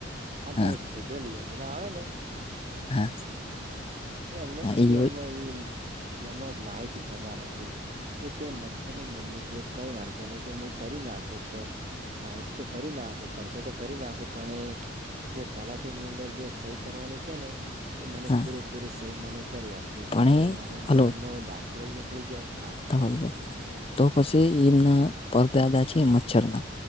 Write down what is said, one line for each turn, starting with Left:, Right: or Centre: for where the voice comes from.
Right: અટલ
Left: હા
Right: ભૂજલ યોજના આવે ને
Left: હા
Right: એમનો
Left: હા એ યોજ
Right: એમનો એ એમાં માહિતી ફરવા નથી એ તે મચ્છર ની મમ્મી કે કઈ વાંધતો નને કે હું ભરી નાખું ક માહિતી તો ફરી નાખું પડથ તો ફરી નાખું પણ એ જે તલાટી ની અંદર જે સહી કરવાની છે ને એ મને
Left: હા
Right: પૂરેપૂરી સહી મને કરી આપિયો જેમકે
Left: પણ એ
Right: મારે
Left: હલો
Right: મરણ નો દા લઈ ની કાળી જાય હા
Left: <unintelligible> તો પછી એમના પરદાદા છે મચ્છર ના